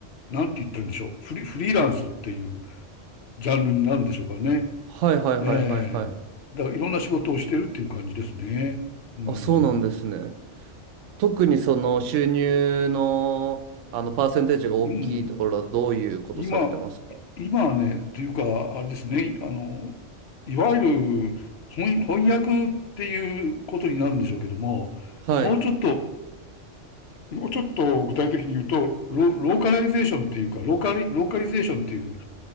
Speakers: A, on the left; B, on the right.
A: なんて言ってるんでしょう、フリ、フリーランスっていうジャンルになるんでしょうかね。
B: はいはいはいはいはい。
A: ええだからいろんな仕事をしてるっていう感じですね。うん。
B: あ、そうなんですね。特にその収入の、あのパーセンテージが大きいところはどういうことされてますか
A: うん。うんうん。今、今はね、というか、あれですね、あの、いわゆる翻、翻訳っていうことになるんでしょうけども、
B: はい。
A: もうちょっと、もうちょっと具体的に言うと、ロ、ローカライゼーションっていうか、ローカリ、ローカリゼーションっていう